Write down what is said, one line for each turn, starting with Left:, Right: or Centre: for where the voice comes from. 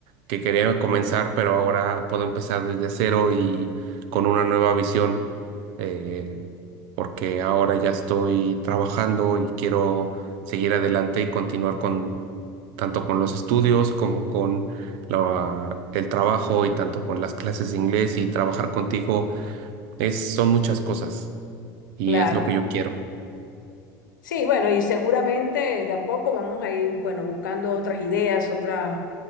Right: que quería comenzar, pero ahora puedo empezar desde cero y con una nueva visión, eh, porque ahora ya estoy trabajando y quiero seguir adelante y continuar con tanto con los estudios como con la- el trabajo y tanto con las clases de inglés y trabajar contigo es, son muchas cosas y
Left: Claro.
Right: es lo que yo quiero.
Left: Sí, bueno, y seguramente de a poco vamos a ir, bueno, buscando otras ideas, otras,